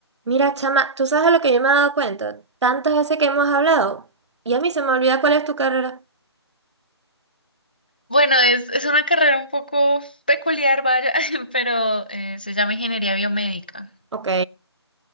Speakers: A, on the right (about 80°); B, on the left (about 20°).
A: Mira, chama, ¿tú sabes a lo que yo me he dado cuenta? Tantas veces que hemos hablado y a mí se me olvida cuál es tu carrera.
B: Bueno, es, es una carrera un poco peculiar, vaya, <laughs> pero eh, se llama ingeniería biomédica.
A: Ok.